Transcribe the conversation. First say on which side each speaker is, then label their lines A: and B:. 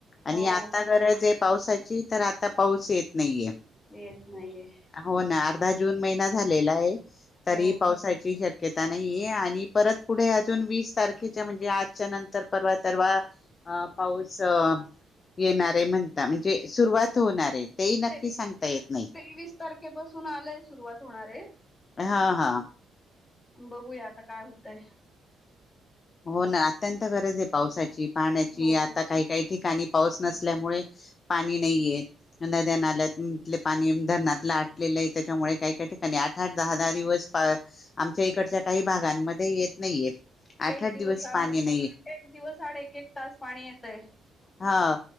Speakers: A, on the left (about 40°); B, on the left (about 20°).
A: आणि
B: हो
A: आता गरज आहे पावसाची तर आता पाऊस येत नाहीये
B: येत नाही आहे.
A: हो ना अर्धा जून महिना झालेला आहे
B: हो
A: तरी पावसाची श्य नाही आणि परत पुढे अजून वीस तारखेच्या म्हणजे आजच्या नंतर परवा तरवा अ पाऊस येणार आहे म्हणता म्हणजे सुरुवात होणार आहे तेही नक्की
B: ते
A: सांगता येत नाही.
B: तेवीस तारखेपासून आलंय सुरुवात होणारे.
A: हा हा
B: बघूया आता काय होतय.
A: हो ना अत्यंत गरज आहे पावसाची पाण्याची
B: हो
A: आता काही काही ठिकाणी पाऊस नसल्यामुळे पाणी नाहीये नद्या नाल्याले पाणी धरणात लाट लेलं आहे त्याच्यामुळे काही काय ठेका नाही आठ आठ दहा दहा दिवस आमच्या इकडच्या काही भागांमध्ये येत नाहीये. आठ
B: एक
A: आठ
B: दिवस आड
A: पाणी नाहीये
B: एक दिवस आड एक एक तास पाणी येतय,
A: हा